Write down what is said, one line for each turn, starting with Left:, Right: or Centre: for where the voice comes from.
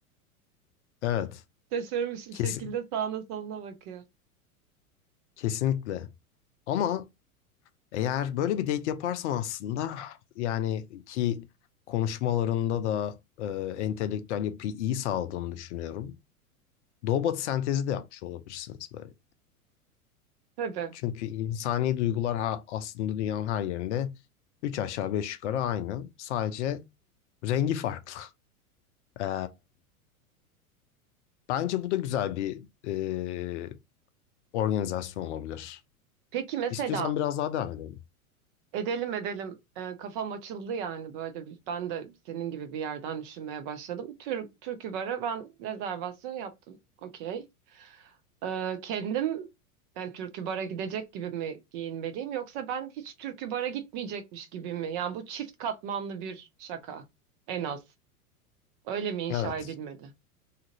Left: Evet,
Right: <laughs> şaşırmış bir
Left: kesin
Right: şekilde sağına soluna bakıyor.
Left: kesinlikle. Ama eğer böyle bir date yaparsam aslında yani ki konuşmalarında da e, entelektüel yapıyı iyi sağladığını düşünüyorum. Doğu batı sentezi de yapmış olabilirsiniz böyle.
Right: Tabii.
Left: Çünkü insani duygular ha- aslında dünyanın her yerinde üç aşağı beş yukarı aynı. Sadece rengi farklı. <laughs> Eee Bence bu da güzel bir e, organizasyon olabilir.
Right: Peki mesela
Left: İstiyorsan biraz daha devam edelim.
Right: edelim edelim e, kafam açıldı yani böyle bir- ben de senin gibi bir yerden düşünmeye başladım. Tür, Türkü Bar'a ben rezervasyon yaptım. Okey. Ee, kendim ben Türkü Bar'a gidecek gibi mi giyinmeliyim yoksa ben hiç Türkü Bar'a gitmeyecekmiş gibi mi? Yani bu çift katmanlı bir şaka en az. Öyle mi inşa
Left: Evet.
Right: edilmedi?